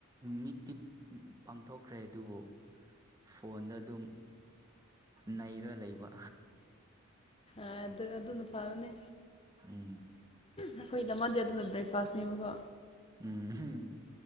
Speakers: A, on the right; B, on the left.
A: ꯃꯤꯠꯇꯤ ꯄꯥꯡꯊꯣꯛꯈ꯭ꯔꯦ ꯑꯗꯨꯕꯨ ꯐꯣꯟꯗ ꯑꯗꯨꯝ ꯅꯩꯔ ꯂꯩꯕ
B: ꯑꯗꯨ ꯑꯗꯨꯅ ꯐꯕꯅꯦ
A: ꯎꯝ
B: ꯑꯩꯈꯣꯏꯗꯃꯥꯟꯗꯦ ꯑꯗꯨꯅ ꯕ꯭ꯔꯦꯛꯐꯥꯁꯅꯦꯕꯀꯣ
A: ꯎꯝ